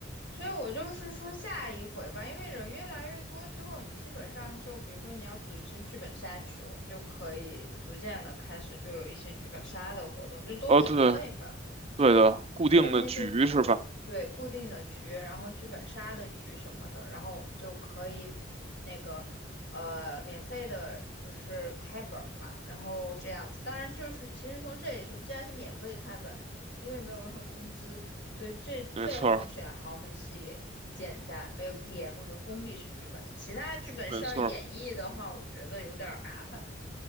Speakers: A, on the left; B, on the right.
A: 所以我就是说下一回吧，因为人越来越多之后，你基本上就比如说你要组一次剧本杀局，我们就可以逐渐的开始就有一些剧本杀的活动，就都免费嘛。
B: 哦，对，对的，固定的局是吧？
A: 变成一些固，对，固定的局，然后剧本杀的局什么的，然后我们就可以那个呃免费的，就是开本儿嘛，然后这样子。当然就是其实从这里说，既然是免费开本，因为没有任何工资，所以最最好选豪门系列。
B: 没错儿，
A: 简单，没有 DM 的封闭式剧本，其他剧本需要演绎的话，
B: 没错儿，
A: 我觉得有点儿麻烦。